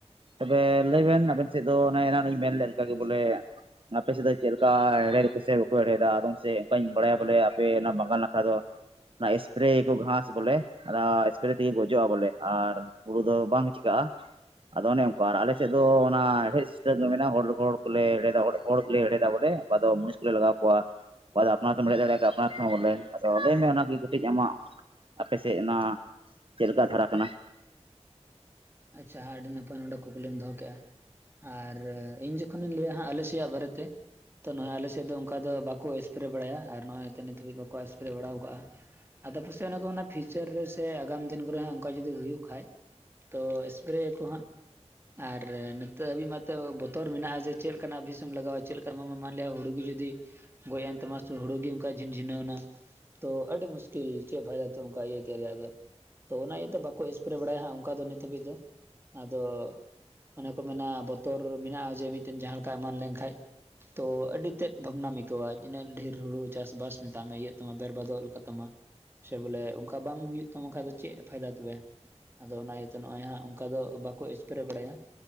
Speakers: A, on the right; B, on the right.
A: ᱛᱚᱵᱮ ᱞᱟᱹᱭ ᱵᱮᱱ ᱟᱵᱮᱱ ᱥᱮᱫ ᱫᱚ ᱚᱱᱮ ᱮᱱᱟᱱᱚᱜ ᱤᱧ ᱢᱮᱱ ᱞᱮᱫ ᱞᱮᱠᱟ ᱜᱮ ᱵᱚᱞᱮ ᱟᱯᱮ ᱥᱮᱫ ᱫᱚ ᱪᱮᱫ ᱞᱮᱠᱟ ᱦᱮᱲ ᱦᱮᱫ ᱟᱠᱚ ᱥᱮ ᱵᱟᱠᱚ ᱦᱮᱲ ᱦᱮᱫᱟ ᱟᱫᱚᱢ ᱥᱮ ᱚᱱᱠᱟᱧ ᱵᱟᱲᱟᱭᱟ ᱵᱚᱞᱮ ᱟᱯᱮ ᱚᱱᱟ ᱵᱟᱝᱜᱟᱞ ᱱᱟᱠᱷᱟ ᱫᱚ ᱚᱱᱟ ᱮᱥᱯᱮᱨᱮ ᱭᱟᱠᱚ ᱜᱷᱟᱸᱥ ᱵᱚᱞᱮ ᱟᱫᱚ ᱮᱥᱯᱮᱨᱮ ᱛᱮ ᱜᱮ ᱜᱚᱡᱚᱜᱼᱟ ᱵᱚᱞᱮ ᱟᱨ ᱦᱩᱲᱩ ᱫᱚ ᱵᱟᱝ ᱪᱤᱠᱟᱜᱼᱟ ᱟᱫᱚ ᱚᱱᱮ ᱚᱱᱠᱟᱱ ᱟᱞᱮ ᱥᱮᱫ ᱫᱚ ᱚᱱᱟ ᱦᱮᱲᱦᱮᱫ ᱥᱤᱥᱴᱮᱢ ᱢᱮᱱᱟᱜᱼᱟ ᱦᱚᱲ ᱦᱚᱲ ᱠᱚᱞᱮ ᱦᱮᱲᱦᱮᱫᱟ ᱦᱚᱲ ᱜᱮᱞᱮ ᱦᱮᱲᱦᱮᱫᱟ ᱵᱚᱞᱮ ᱚᱠᱟ ᱫᱚ ᱢᱩᱱᱤᱥ ᱠᱚᱞᱮ ᱞᱟᱜᱟᱣ ᱠᱚᱣᱟ ᱚᱠᱚᱭ ᱫᱚ ᱟᱯᱱᱟᱨ ᱛᱮᱢ ᱦᱮᱲ ᱦᱮᱫ ᱫᱟᱲᱮᱭᱟᱜᱼᱟ ᱠᱷᱟᱡ ᱟᱯᱱᱟᱨ ᱛᱮ ᱦᱚᱸ ᱵᱚᱞᱮ ᱟᱫᱚ ᱞᱟᱹᱭ ᱢᱮ ᱚᱱᱟ ᱜᱮ ᱠᱟᱹᱴᱤᱡ ᱠᱟᱹᱴᱤᱡ ᱟᱢᱟᱜ ᱟᱯᱮ ᱥᱮᱫ ᱚᱱᱟ ᱪᱮᱫ ᱞᱮᱠᱟ ᱫᱷᱟᱨᱟ ᱠᱟᱱᱟ
B: ᱟᱪᱪᱷᱟ ᱟᱹᱰᱤ ᱱᱟᱯᱟᱭ ᱱᱚᱰᱮ ᱠᱩᱠᱞᱤᱢ ᱫᱚᱦᱚ ᱠᱮᱜᱼᱟ ᱟᱨ ᱤᱧ ᱡᱚᱠᱷᱚᱱ ᱤᱧ ᱞᱟᱹᱭᱟ ᱦᱟᱸᱜ ᱟᱞᱮ ᱥᱮᱭᱟᱜ ᱵᱟᱨᱮ ᱛᱮ ᱛᱚ ᱱᱚᱜᱼᱚᱭ ᱟᱞᱮ ᱥᱮᱫ ᱫᱚ ᱚᱱᱠᱟ ᱫᱚ ᱵᱟᱠᱚ ᱮᱥᱯᱮᱨᱮ ᱵᱟᱲᱟᱭᱟ ᱟᱨ ᱱᱚᱜᱚᱭ ᱱᱤᱛ ᱦᱟᱹᱵᱤᱡ ᱵᱟᱠᱚ ᱮᱥᱯᱮᱨᱮ ᱵᱟᱲᱟ ᱠᱟᱜᱼᱟ ᱟᱫᱚ ᱯᱟᱥᱮᱡ ᱚᱱᱮ ᱠᱚ ᱢᱮᱱᱟ ᱯᱷᱤᱭᱩ ᱪᱟᱨ ᱨᱮ ᱥᱮ ᱟᱜᱟᱢ ᱫᱤᱱ ᱠᱚᱨᱮ ᱦᱚᱸ ᱚᱱᱠᱟ ᱡᱩᱫᱤ ᱦᱩᱭᱩᱜ ᱠᱷᱟᱡ ᱛᱚ ᱮᱥᱯᱮᱨᱮ ᱭᱟᱠᱚ ᱦᱟᱸᱜ ᱟᱨ ᱱᱤᱛᱚᱜ ᱦᱟᱹᱵᱤᱡ ᱢᱟᱛᱚ ᱵᱚᱛᱚᱨ ᱢᱮᱱᱟᱜᱼᱟ ᱡᱮ ᱪᱮᱫ ᱞᱮᱠᱟ ᱱᱟᱜ ᱵᱤᱥ ᱮᱢ ᱞᱟᱜᱟᱣᱟ ᱪᱮᱫ <unintelligible> ᱦᱩᱲᱩ ᱜᱤ ᱡᱩᱫᱤ ᱜᱚᱡ ᱮᱱ ᱛᱟᱢᱟ ᱥᱮ ᱦᱩᱲᱩ ᱜᱮ ᱚᱱᱠᱟ ᱡᱷᱤᱱ ᱡᱷᱤᱱᱟᱹᱣ ᱱᱟ ᱛᱚ ᱟᱹᱰᱤ ᱢᱩᱥᱠᱤᱞ ᱪᱮᱫ ᱯᱷᱟᱭᱫᱟ ᱛᱚ ᱚᱱᱠᱟ ᱤᱭᱟᱹ ᱛᱮᱭᱟᱜ ᱨᱮᱭᱟᱜ ᱫᱚ ᱛᱚ ᱚᱱᱟ ᱤᱭᱟᱹᱛᱮ ᱵᱟᱠᱚ ᱮᱥᱯᱮᱨᱮ ᱵᱟᱲᱟᱭᱟ ᱦᱟᱸᱜ ᱚᱱᱠᱟ ᱫᱚ ᱱᱤᱛ ᱦᱟᱹᱵᱤᱡ ᱫᱚ ᱟᱫᱚ ᱚᱱᱮ ᱠᱚ ᱢᱮᱱᱟ ᱵᱚᱛᱚᱨ ᱢᱮᱱᱟᱜᱼᱟ ᱡᱮ ᱢᱤᱫ ᱴᱮᱱ ᱡᱟᱦᱟᱸ ᱞᱮᱠᱟ ᱮᱢᱟᱱ ᱞᱮᱱ ᱠᱷᱟᱡ ᱛᱚ ᱟᱹᱰᱤ ᱛᱮᱫ ᱵᱷᱟᱵᱽᱱᱟᱢ ᱟᱹᱭᱠᱟᱹᱣᱟ ᱛᱤᱱᱟᱹᱜ ᱰᱷᱮᱨ ᱦᱩᱲᱩ ᱪᱟᱥᱵᱟᱥ ᱢᱮᱛᱟᱜ ᱢᱮ ᱤᱭᱟᱹᱜ ᱛᱟᱢᱟ ᱵᱮᱨᱵᱟᱫᱚᱜ ᱞᱮᱠᱟ ᱛᱟᱢᱟ ᱥᱮ ᱵᱚᱞᱮ ᱚᱱᱠᱟ ᱵᱟᱝ ᱦᱩᱭᱩᱜ ᱛᱟᱢᱟ ᱠᱷᱟᱡ ᱪᱮᱫ ᱯᱷᱟᱭᱫᱟ ᱛᱚᱵᱮ ᱟᱫᱚ ᱚᱱᱟ ᱛᱮ ᱱᱚᱜᱼᱚᱭ ᱦᱟᱸᱜ ᱚᱱᱠᱟ ᱫᱚ ᱵᱟᱠᱚ ᱮᱥᱯᱨᱮ ᱵᱟᱲᱟᱭᱟ